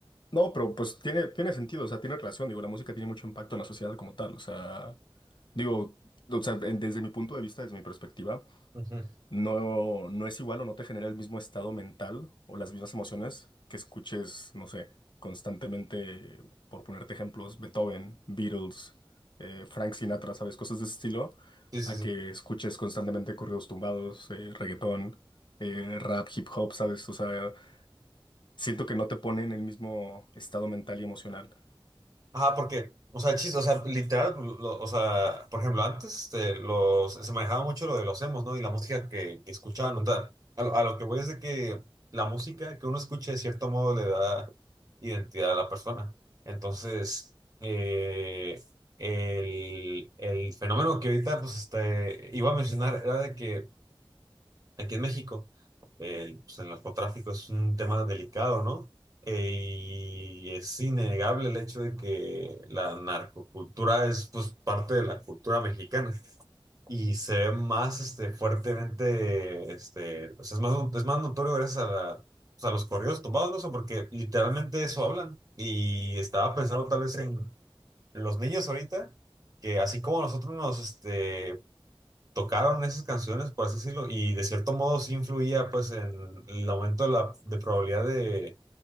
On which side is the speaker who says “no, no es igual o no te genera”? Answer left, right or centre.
Left